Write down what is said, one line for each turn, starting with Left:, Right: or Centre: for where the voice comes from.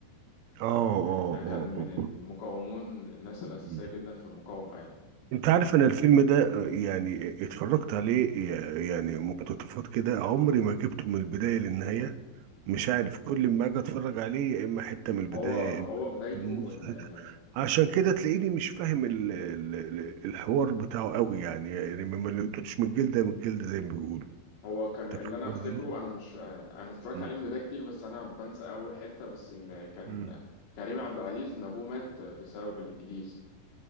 Right: آه
Left: آه،
Right: آه
Left: ده كان
Right: آه
Left: من المقاومون الناس الاساسيه
Right: آه.
Left: جدا في المقاومه يعني
Right: انت عارف انا الفيلم ده آه، يعني آه، اتفرجت عليه ي- يعني مقتطفات كده عمري ما جبته من البداية للنهاية مش عارف كل ما اجي اتفرج عليه يا اما حتة من البداية
Left: هو
Right: يا اما
Left: هو بدايته
Right: من نص
Left: ان
Right: حتة.
Left: آه،
Right: عشان كده تلاقيني مش فاهم ال- ال- ال- الحوار بتاعه قوي يعني يعني ما ما لقيتوش من الجلدة من الجلدة زي ما بيقولوا
Left: هو كان
Right: انت
Left: اللي
Right: فاهم
Left: انا افتكره
Right: قصدي؟
Left: انا مش آه، انا اتفرجت
Right: مم.
Left: عليه من بدايه كتير بس انا بنسى اول حته بس ان كان
Right: مم.
Left: كريم عبد العزيز ان ابوه مات بسبب الانجليز